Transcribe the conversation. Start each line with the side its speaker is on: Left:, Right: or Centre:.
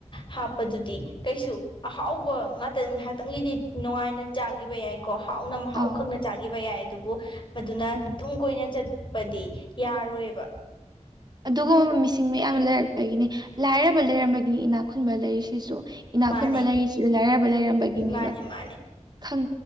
Left: ꯍꯥꯞꯄꯗꯨꯗꯤ ꯀꯩꯁꯨ ꯑꯍꯥꯎꯕ ꯉꯇꯗ ꯉꯥꯏꯍꯥꯛꯇꯪꯒꯤꯗꯤ ꯅꯨꯡꯉꯥꯏꯅ ꯆꯥꯈꯤꯕ ꯌꯥꯏꯀꯣ ꯍꯥꯎꯅ ꯃꯍꯥꯎ
Right: ꯑꯥ
Left: ꯈꯪꯅ ꯆꯥꯈꯤꯕ ꯌꯥꯏ ꯑꯗꯨꯕꯨ ꯃꯗꯨꯅ
Right: ꯎꯝ
Left: ꯇꯨꯡ ꯀꯣꯏꯅ ꯆꯠꯄꯗꯤ ꯌꯥꯔꯣꯏꯕ
Right: ꯑꯗꯨꯒꯨꯝꯕ ꯃꯤꯁꯤꯡ ꯃꯌꯥꯝ ꯂꯩꯔꯛꯄꯒꯤꯅꯤ ꯂꯥꯏꯔꯕ ꯂꯩꯔꯝꯕꯒꯤꯅꯤ ꯏꯅꯥꯛ ꯈꯨꯟꯕ ꯂꯩꯔꯤꯁꯤꯁꯨ ꯏꯅꯥꯛ
Left: ꯃꯥꯅꯦ
Right: ꯈꯨꯟꯕ ꯂꯩꯔꯤꯁꯤꯁꯨ ꯂꯥꯏꯔꯕ ꯂꯩꯔꯝꯕꯒꯤꯅꯦꯕ
Left: ꯃꯥꯅꯦ ꯃꯥꯅꯦ
Right: ꯈꯪ